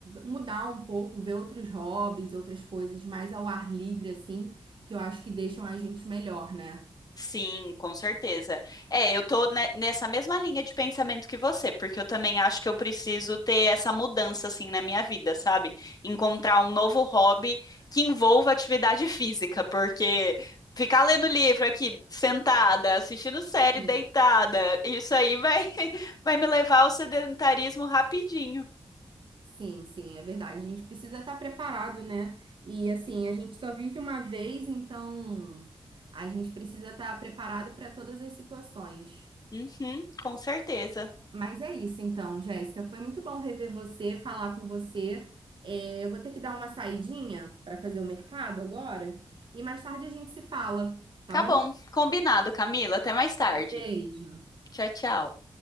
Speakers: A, on the right (about 60°); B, on the left (about 40°).
A: mudar um pouco, ver outros hobbies, outras coisas mais ao ar livre, assim, que eu acho que deixam a gente melhor, né?
B: Sim, com certeza. É, eu tô ne- nessa mesma linha de pensamento que você, porque eu também acho que eu preciso ter essa mudança assim na minha vida, sabe? Encontrar um novo hobby que envolva atividade física, porque ficar lendo livro aqui sentada, assistindo série
A: Sim,
B: deitada, isso aí vai <laughs> vai me levar ao sedentarismo rapidinho.
A: sim, sim, é verdade. A gente precisa estar preparado, né? E assim, a gente só vive uma vez, então a gente precisa estar preparado para todas as situações.
B: Uhum, com certeza.
A: Mas é isso então, Jéssica. Foi muito bom rever você, falar com você. É, eu vou ter que dar uma saidinha para fazer o mercado agora e mais tarde a gente se fala, tá
B: Tá
A: bom?
B: bom, combinado, Camila. Até mais tarde.
A: Beijo.
B: Tchau, tchau.